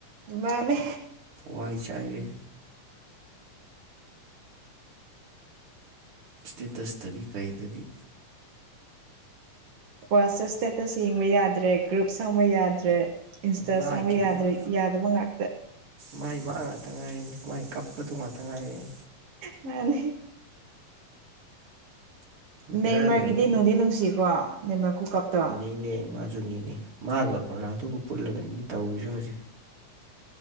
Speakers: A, on the right; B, on the right.
A: ꯃꯥꯅꯦ
B: ꯋꯥꯏ ꯆꯥꯏꯔꯦ ꯏꯁꯇꯦꯇꯁꯇꯒꯤ ꯀꯩꯗꯒꯤ
A: ꯋꯥꯆꯩꯆꯞꯄ ꯏꯁꯇꯦꯇꯁ ꯌꯦꯡꯕ ꯌꯥꯗ꯭ꯔꯦ ꯒ꯭ꯔꯨꯞ ꯁꯪꯕ ꯌꯥꯗ꯭ꯔꯦ ꯏꯟꯁꯇꯥ
B: ꯃꯥꯒꯤ
A: ꯆꯪꯕ ꯌꯥꯗ꯭ꯔꯦ
B: ꯃꯥ
A: ꯌꯥꯗꯕ ꯉꯥꯛꯇ
B: ꯃꯥꯏ ꯃꯉꯥꯛꯇ ꯉꯥꯏꯌꯦ ꯃꯥꯏ ꯀꯞꯄꯗꯣ ꯉꯥꯛꯇ ꯉꯥꯏꯌꯦ
A: ꯃꯅꯤ
B: ꯕꯦꯔꯥꯅꯦ
A: ꯅꯦꯃꯔꯒꯤꯗꯤ
B: ꯃꯣꯏ
A: ꯅꯨꯡꯗꯤ ꯅꯨꯡꯁꯤꯀꯣ ꯅꯦꯝꯃꯔ ꯈꯨꯨꯀꯞꯇꯣ
B: <unintelligible> ꯖꯨꯅꯤꯅꯤ ꯃꯥꯒ ꯔꯣꯅꯥꯜꯗꯨꯒ ꯄꯨꯜꯂꯒꯅꯤꯅ ꯇꯧꯔꯤꯁꯦ ꯍꯧꯖꯤꯛ